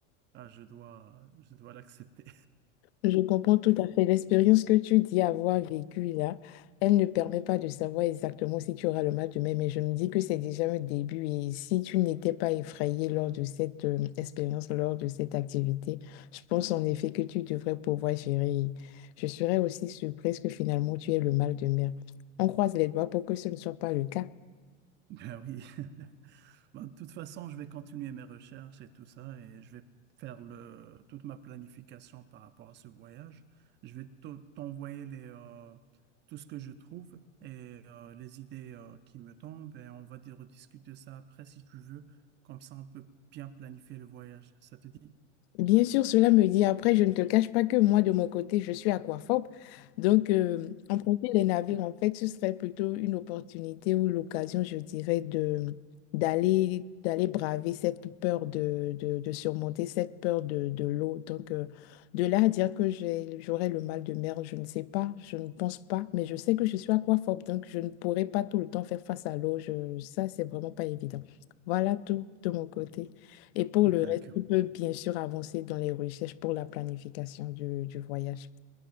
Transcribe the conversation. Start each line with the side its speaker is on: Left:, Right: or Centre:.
Right: Ah, je dois, je dois l'accepter.
Left: Je comprends tout à fait. L'expérience que tu dis avoir vécue là, elle ne permet pas de savoir exactement si tu auras le mal demain, mais je me dis que c'est déjà un début. Et si tu n'étais pas effrayé lors de cette euh, expérience, lors de cette activité, je pense en effet que tu devrais pouvoir gérer. Je serais aussi surprise que finalement tu aies le mal de mer. On croise les doigts pour que ce ne soit pas le cas.
Right: Ben oui. <laughs> Bon, de toute façon, je vais continuer mes recherches et tout ça et je vais faire le, toute ma planification par rapport à ce voyage. Je vais t- t'envoyer les, euh, tout ce que je trouve et euh, les idées euh, qui me tombent et on va dire rediscuter ça après si tu veux. Comme ça, on peut bien planifier le voyage. Ça te dit?
Left: Bien sûr, cela me dit, après, je ne te cache pas que moi, de mon côté, je suis aquaphobe. Donc, euh, emprunter les navires, en fait, ce serait plutôt une opportunité ou l'occasion, je dirais, de d'aller d'aller braver cette peur de, de, de surmonter cette peur de, de l'eau. Donc, euh, de là à dire que j'ai, j'aurais le mal de mer, je ne sais pas, je ne pense pas, mais je sais que je suis aquaphobe, donc je ne pourrais pas tout le temps faire face à l'eau. Je, ça, c'est vraiment pas évident. Voilà tout de mon côté. Et pour
Right: D'accord.
Left: le reste, tu peux bien sûr avancer dans les recherches pour la planification du, du voyage.